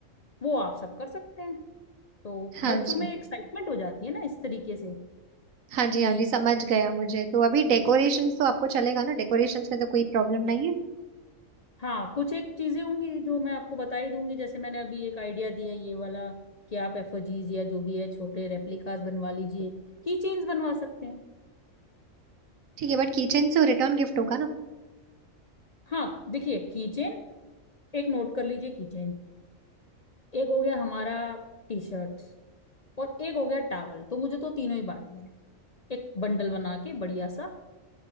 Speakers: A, on the left; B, on the right.
A: वो आप सब कर सकते हैं तो
B: हाँ
A: बच्चों
B: जी
A: में एक्साइटमेंट हो जाती है ना इस तरीके से
B: हाँ जी
A: कि
B: हाँ जी समझ गया मुझे तो अभी डेकोरेशंस तो आपको चलेगा ना डेकोरेशंस में तो कोई प्रॉब्लम नहीं है
A: हाँ कुछ एक चीजें होंगी जो मैं आपको बता ही दूंगी जैसे मैंने अभी एक आइडिया दिया ये वाला कि आप एफओजीज या जो भी है छोटे रेप्लिकास बनवा लीजिए की चेन्स बनवा सकते हैं
B: ठीक है बट किचन से रिटर्न गिफ्ट होगा ना
A: हाँ देखिए की चेन एक नोट कर लीजिए की चेन एक हो गया हमारा टी शर्ट और एक हो गया टॉवल तो मुझे तो तीनों ही बांटने हैं एक बंडल बना के बढ़िया सा